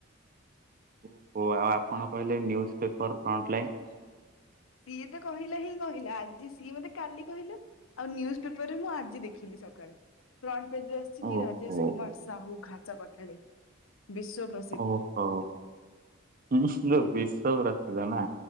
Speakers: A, on the right; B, on the left.
A: ଓହୋ ଆଉ ଆପଣ କହିଲେ ନ୍ୟୁଜ ପେପର ଫ୍ରଣ୍ଟ ଲାଇନ?
B: ସିଏତ କହିଲାହିଁ କହିଲା ଆଜି ସିଏ ମତେ କାଲି କହିଲା। ଆଉ ନ୍ୟୁଜ ପେପରରେ ମୁଁ ଆଜି ଦେଖିଲି ସକାଳେ। ଫ୍ରଣ୍ଟ ପେଜରେ ଆସିଛିକି
A: ଓହୋ
B: ରାଜେଶ କୁମାର ସାହୁ ଘାସ କଟାଳି ବିଶ୍ୱ ପ୍ର
A: ଓହୋ <unintelligible> ବିସ୍। ବିଶ୍ୱ ପ୍ରସିଦ୍ଧନା